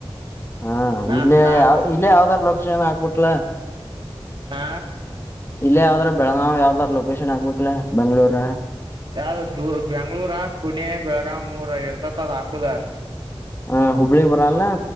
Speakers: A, on the left; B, on the right.
A: ಹಾ
B: ನಾ
A: ಇಲ್ಲ
B: ನಾ
A: ಯ ಇಲ್ಲೇ ಯಾವ್ದಾರ ಲೊಕೇಶನ್ ಹಾಕ್ಬೇಕಕ್ಲ
B: ಹಾ
A: ಇಲ್ಲೇ ಯಾವ್ದ್ರ ಬೆಳಗ್ಗಾವ್ ಯಾವ್ದಾರ ಲೊಕೇಶನ್ ಆಗ್ಬೇಕಲ ಬೆಂಗ್ಳೂರ
B: ಯಾವ ಬೆಂಗ್ಳೂರ ಪುಣೆ ಬೆಳಗಾವ ಮೂರ ಇರ್ತತ್ ಅದ ಹಾಕುದ
A: ಹ ಹುಬ್ಬಳಿಗ್ ಬರಲ್ಲ